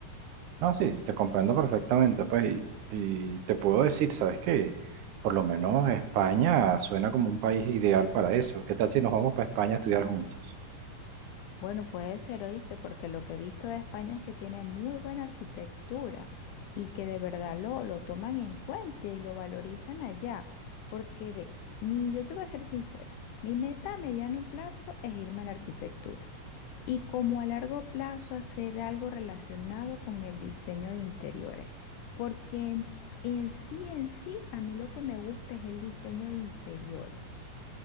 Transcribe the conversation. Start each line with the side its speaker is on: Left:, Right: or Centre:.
Right: No, sí, te comprendo perfectamente, pues, y, y te puedo decir, ¿sabes qué? Por lo menos España suena como un país ideal para eso. ¿Qué tal si nos vamos para España a estudiar juntos?
Left: Bueno, puede ser, oíste, porque lo que he visto de España es que tiene muy buena arquitectura y que de verdad lo, lo toman en cuenta y lo valorizan allá. Porque ve, mi, yo te voy a ser sincera, mi meta a mediano plazo es irme a la arquitectura y como a largo plazo hacer algo relacionado con el diseño de interiores. Porque en en sí, en sí, a mí lo que me gusta es el diseño de interiores.